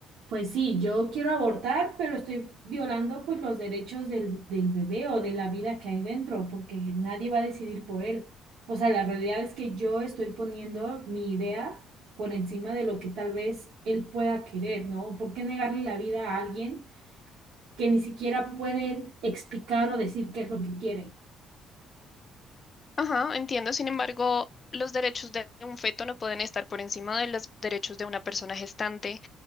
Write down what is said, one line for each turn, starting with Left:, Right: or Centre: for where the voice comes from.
Right: pues sí, yo quiero abortar, pero estoy violando pues los derechos del, del bebé o de la vida que hay dentro, porque nadie va a decidir por él. O sea, la realidad es que yo estoy poniendo mi idea por encima de lo que tal vez él pueda querer, ¿no? ¿Por qué negarle la vida a alguien? que ni siquiera puede explicar o decir qué es lo que quiere.
Left: Ajá, entiendo. Sin embargo, los derechos de un feto no pueden estar por encima de los derechos de una persona gestante.